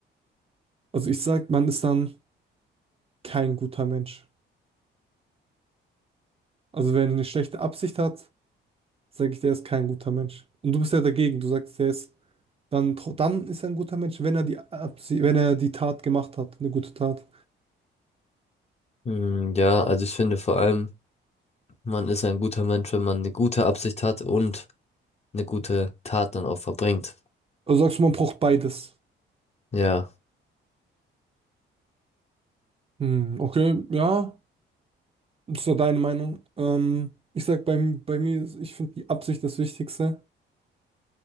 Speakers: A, on the right; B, on the left.
A: Also ich sag, man ist dann kein guter Mensch. Also wenn er eine schlechte Absicht hat, sage ich, der ist kein guter Mensch. Und du bist ja dagegen, du sagst, der ist dann, tro- dann ist er ein guter Mensch, wenn er die Absicht, wenn er die Tat gemacht hat, eine gute Tat.
B: Mm, Ja, also ich finde vor allem. Man ist ein guter Mensch, wenn man eine gute Absicht hat und eine gute Tat dann auch verbringt.
A: Also sagst du, man braucht beides.
B: Ja,
A: Hm, okay, ja. Das war deine Meinung. Ähm, ich sag, bei, bei mir, ist- ich finde die Absicht das Wichtigste.